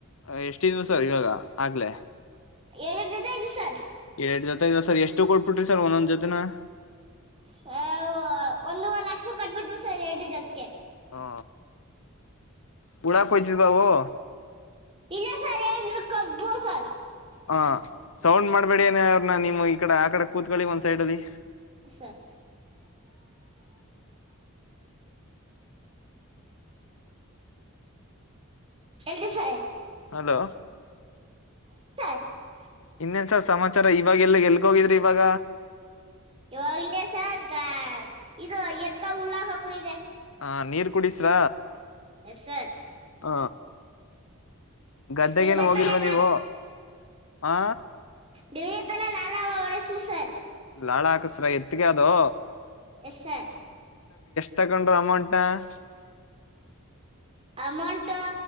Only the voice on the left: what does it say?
ಅ ಯಸ್ಟ್ ಇದ್ವು ಸರ್ ಇವಾಗ ಆಗ್ಲೇ.
ಎರಡ್ ಜೊತೆ ಇದ್ವ ಸರ್ ಎಷ್ಟು ಕೊಟ್ಬಿಟ್ರಿ ಸರ್ ಒಂದೊಂದ್ ಜೊತೆನ.
ಹಾ ಉಳಕ್ ಹೊಯ್ತಿದ್ವ ಅವು.
ಹ ಸೌಂಡ್ ಮಾಡ್ಬೇಡಿ ಅನ್ನ್ ಅವ್ರನ್ನ ನಿಮ್ ಈ ಕಡೆ ಆ ಕಡೆ ಕೂತ್ಕೊಳ್ಳಿ ಒಂದ್ ಸೈಡ್ ಅಲ್ಲಿ.
ಹಲೋ
ಇನ್ನೇನ್ಸ ಸಮಾಚಾರ ಇನ್ ಇವಾಗೆಲ್ಲಾ ಎಲ್ಗೋಗಿದ್ರಿ ಇವಾಗ.
ಹ ನೀರ್ ಕುಡಿಸ್ರ
ಹ ಗದ್ದೆಗೇನು
ಹೋಗಿಲ್ವಾ ನೀವು ಆ.
ಲಾಳ ಹಾಕುಸ್ ರ ಎತ್ಕೆ ಅದು.
ತಗೊಂಡ್ರು ಅಮೌಂಟ್. <unintelligible>